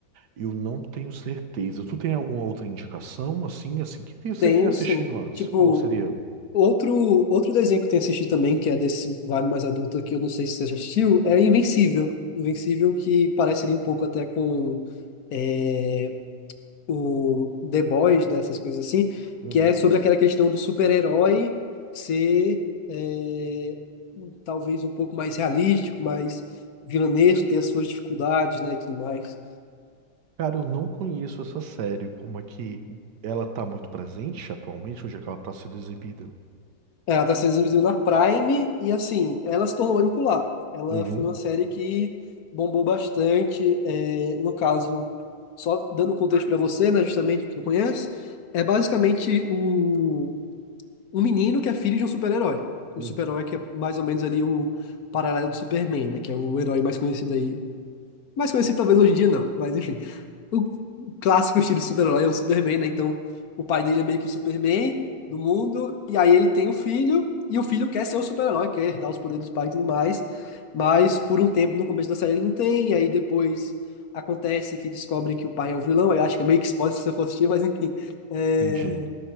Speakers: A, on the right; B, on the left.
A: Eu não tenho certeza. Tu tem alguma outra indicação, assim, assim, que você
B: Tenho,
A: tenha assistido
B: sim.
A: antes?
B: Tipo,
A: Qual seria?
B: outro, outro desenho que eu tenho assistido também, que é desse vibe mais adulto, que eu não sei se você já assistiu, é Invencível. Invencível, que parece ali um pouco até com eh, o The Boys, né, essas coisas assim,
A: Uhum.
B: que é sobre aquela questão do super-herói ser é, talvez um pouco mais realístico, mais vilanesco, ter as suas dificuldades, né, e tudo mais.
A: Cara, eu não conheço essa série. Como é que ela tá muito presente atualmente? Onde é que ela tá sendo exibida?
B: É, Ela tá sendo exibida na Prime e, assim, ela se tornou bem popular. Ela
A: Uhum.
B: foi uma série que bombou bastante, é, no caso, só dando contexto para você, né, justamente, que não conhece, é basicamente o um menino que é filho de um super-herói.
A: Uhum.
B: O super-herói que é mais ou menos ali o paralelo do Superman, né? Que é o herói mais conhecido aí. Mais conhecido talvez hoje em dia não, mas enfim. O clássico estilo de super-herói é o Superman, né? Então o pai dele é meio que o Superman do mundo, e aí ele tem o filho, e o filho quer ser o super-herói, quer herdar os poderes dos pais e tudo mais, mas por um tempo no começo da série ele não tem, e aí depois acontece que descobrem que o pai é um vilão, eu acho que é meio que spoiler se você for assistir, mas enfim. É,
A: Entendi.